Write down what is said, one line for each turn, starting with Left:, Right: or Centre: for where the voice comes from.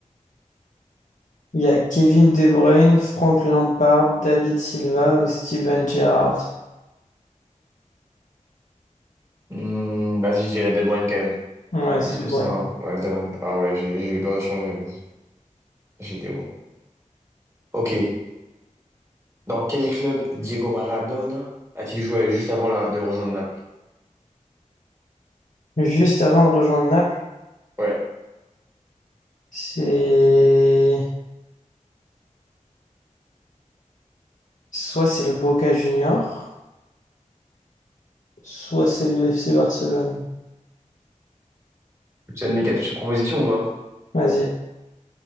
Left: Il y a Kevin De Bruyne, Frank Lampard, David Silva ou Steven Gerrard.
Right: Hmm, vas-y, je dirais De Bruyne quand même.
Left: Ouais,
Right: Mais
Left: c'est
Right: je trouve
Left: De Bruyne.
Right: ça... Ouais, De Bruyne. Ah ouais, j'ai j'ai eu peur de changer, vas-y. J'étais bon. Ok. Dans quel club Diego Maradona a-t-il joué juste avant la- de rejoindre Naples?
Left: Juste avant de rejoindre Naples,
Right: Ouais.
Left: c'est soit c'est le Boca Junior, soit c'est le FC Barcelone.
Right: Tu as mes quatre propositions, on va.
Left: Vas-y.